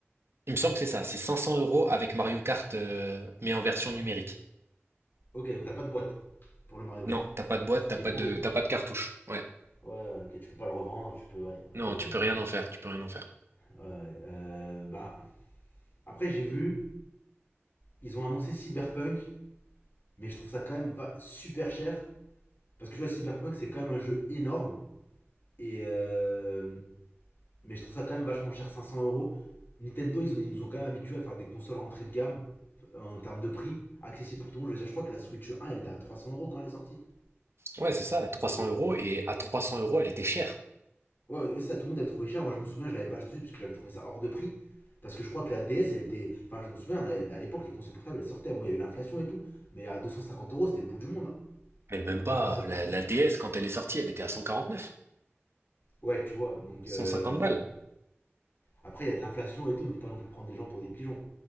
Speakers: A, on the right (about 65°); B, on the left (about 50°).
A: Il me semble que c'est ça, c'est 500 euros avec Mario Kart, euh, mais en version numérique.
B: Ok, donc t'as pas de boîte pour le Mario Kart,
A: Non, t'as pas de boîte,
B: ce
A: t'as
B: qui
A: pas
B: est horrible.
A: de, t'as pas de cartouche. Ouais.
B: Ouais, ouais, ok, tu peux pas le revendre, tu peux, ouais, ok,
A: Non,
B: horrible.
A: tu peux rien en faire, tu peux rien en faire.
B: Ouais, ouais, euh, bah, après j'ai vu, ils ont annoncé Cyberpunk, mais je trouve ça quand même va super cher, parce que je vois Cyberpunk, c'est quand même un jeu énorme, et euh, Mais je trouve ça quand même vachement cher, 500 euros. Nintendo, ils, ont- ils nous ont quand même habitués à faire des consoles entrée de gamme euh, en termes de prix, accessible pour tout le monde. Je veux dire, je crois que la Switch 1, elle était à 300 euros quand elle est sortie.
A: Ouais, c'est ça, 300
B: Et-
A: euros,
B: et-
A: et à 300 euros, elle était chère.
B: Ouais, ouais, ça, tout le monde avait trouvé cher. Moi, je me souviens, je l'avais pas acheté parce que j'avais trouvé ça hors de prix. Parce que je crois que la DS, elle était. Enfin, je me souviens, à l'époque, les consoles portables, elles sortaient. Bon, il y avait l'inflation et tout. Mais à 250 euros, c'était le bout du monde, hein,
A: Mais même pas,
B: une console
A: la,
B: portable.
A: la DS, quand elle est sortie, elle était à 149,
B: Ouais, tu vois. Donc, euh,
A: 150 balles.
B: après, il y a de l'inflation et tout, mais faut pas non plus prendre des gens pour des pigeons.